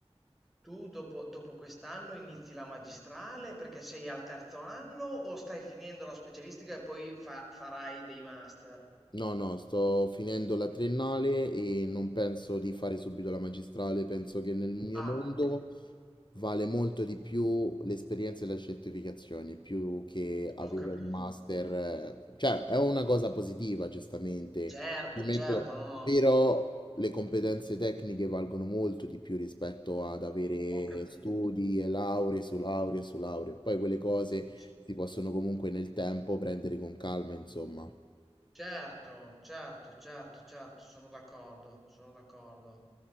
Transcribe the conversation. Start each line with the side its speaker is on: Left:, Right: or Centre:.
Centre: Tu dopo, dopo quest'anno inizi la magistrale perché sei al terzo anno o stai finendo la specialistica e poi fa- farai dei master?
Left: No, no, sto finendo la triennale e non penso di fare subito la magistrale, penso che nel mio
Centre: Ah,
Left: mondo
Centre: ho,
Left: vale molto di più l'esperienza e le certificazioni, più che avere
Centre: ho capito.
Left: un master, eh, cioè è una cosa positiva, giustamente,
Centre: Certo,
Left: Ti metto-
Centre: certo, no, no,
Left: però le competenze tecniche valgono molto di più rispetto ad avere
Centre: ho capito.
Left: studi e lauree su lauree su lauree, poi quelle cose
Centre: C-
Left: si possono comunque nel tempo prendere con calma, insomma.
Centre: Certo, certo, certo, certo, sono d'accordo, sono d'accordo.